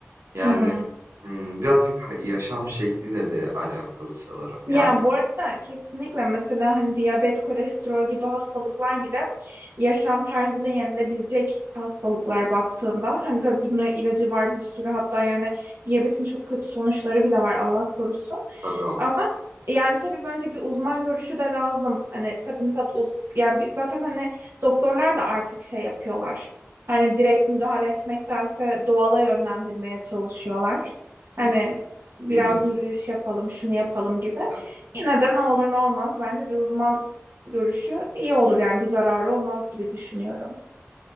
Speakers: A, on the right; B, on the right.
A: Yani
B: hmm.
A: hmm, birazcık ha- yaşam şekliyle de alakalı sanırım. Yani
B: Ya bu arada kesinlikle mesela hani diyabet, kolesterol gibi hastalıklar bile yaşam tarzıyla yenilebilecek hastalıklar baktığında. Hani tabii bunun ilacı var bir sürü hatta yani diyabetin çok kötü sonuçları bile var Allah korusun.
A: tabii ama.
B: Ama yani tabii bence bir uzman görüşü de lazım. Hani tabii mesela uz yani bir- zaten hani doktorlar da artık şey yapıyorlar. Hani direkt müdahale etmektense doğala yönlendirmeye çalışıyorlar. Hani
A: Hı,
B: biraz
A: En iyisi.
B: yürüyüş yapalım, şunu yapalım gibi.
A: Evet.
B: Yine de ne olur ne olmaz bence bir uzman görüşü iyi olur yani bir zararı olmaz gibi düşünüyorum.